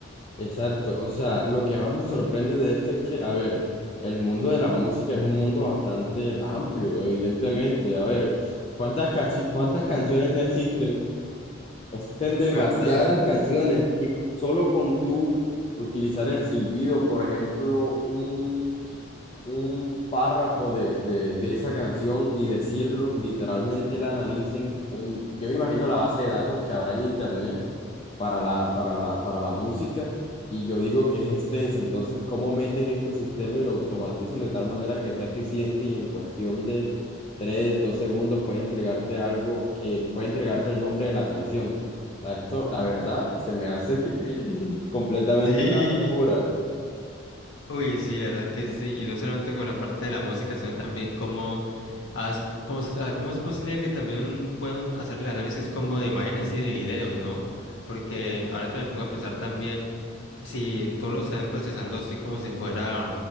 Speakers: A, on the left; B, on the left.
A: Exacto, o sea, lo que más me sorprende de esto es que, a ver, el mundo de la música es un mundo bastante amplio, evidentemente. A ver, ¿cuántas, casi- cuántas canciones no existen? Existen
B: <laughs>
A: demasiadas
B: ¿Verdad?
A: canciones y solo con tú utilizar el silbido, por ejemplo, un, un párrafo de, de, de esa canción y decirlo, literalmente la analicen. uy, Yo me imagino la base de datos que habrá en internet para la, para la, para la música y yo digo que es extensa. Entonces, ¿cómo meten este sistema y lo automatizan de tal manera que sea eficiente y en cuestión de 3 2 segundos puede entregarte algo, eh, puede entregarte el nombre de la canción? O sea, Esto, la verdad, se me hace <laughs> completamente
B: Sí.
A: una locura.
B: Uy, sí, la verdad que sí, y no solamente con la parte de la música, sino también cómo, has- cómo, se- ah, cómo es posible que también puedan hacerle análisis como de imágenes y de videos, ¿no? Porque ahora que me pongo a pensar también, si todo lo están procesando así como si fuera